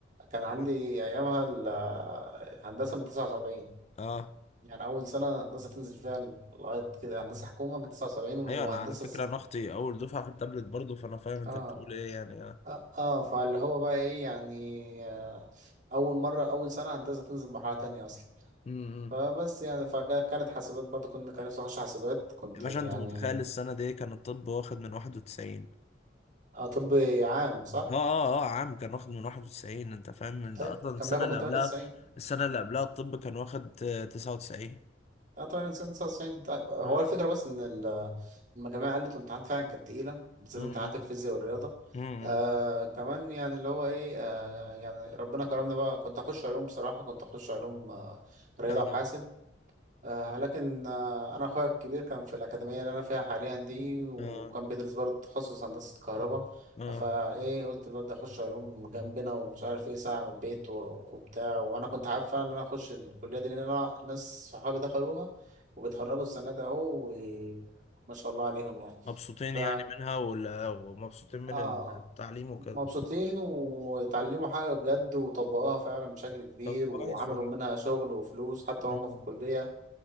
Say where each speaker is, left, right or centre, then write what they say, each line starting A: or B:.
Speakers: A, on the right; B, on the left.
A: كان عندي
B: اه
A: ايامها ال- آه، هندسة من 79
B: آه.
A: يعني اول سنة هندسة تنزل فيها ل- لغاية كده هندسة حكومة من 79 وهندسة
B: أيوة أنا على فكرة
A: س...
B: أنا أختي أول دفعة في التابلت برضه فأنا فاهم أنت
A: اه
B: بتقول إيه يعني اه
A: اه آه، فاللي هو بقى ايه يعني آه، اول مرة اول سنة هندسة تنزل مرحلة تانية اصلا
B: أمم.
A: فبس يعني فكانت حاسبات برضه كنا كان نفسي اخش حاسبات كنت
B: يا باشا
A: يعني
B: أنت متخيل السنة دي كان الطب واخد من 91
A: اه طب عام صح؟
B: اه اه اه عام كان واخد من 91 انت فاهم من
A: طيب
B: ده اصلا
A: كان
B: السنه
A: بياخد
B: اللي
A: من
B: قبلها
A: 98
B: السنه اللي قبلها الطب كان واخد آه، 99
A: اه 98 99 طيب هو
B: اه
A: الفكرة بس ان ال- المجاميع قلت الامتحانات فعلا كانت تقيلة بالذات
B: م-
A: امتحانات الفيزياء والرياضة
B: م- م-
A: آه
B: م.
A: كمان يعني اللي هو ايه آه يعني ربنا كرمنا بقى كنت اخش علوم بصراحة كنت اخش علوم آه رياضة
B: اه
A: وحاسب آه لكن آه أنا أخويا الكبير كان في الأكاديمية اللي أنا فيها حاليا دي وكان
B: اه
A: بيدرس برضه تخصص هندسة كهرباء
B: اه
A: فإيه قلت الواد ده أخش علوم جنبنا ومش عارف إيه ساعة من البيت و- وبتاع وأنا كنت حابب فعلا إن أنا أخش الكلية دي لأن أنا ناس صحابي دخلوها وبيتخرجوا السنة ده أهو وما شاء الله عليهم يعني
B: مبسوطين
A: ف
B: يعني منها ولا- ومبسوطين من
A: آه
B: التعليم وكده
A: مبسوطين واتعلموا حاجة بجد وطبقوها فعلا بشكل كبير
B: طب كويس
A: وعملوا منها شغل وفلوس حتى وهم
B: والله
A: في الكلية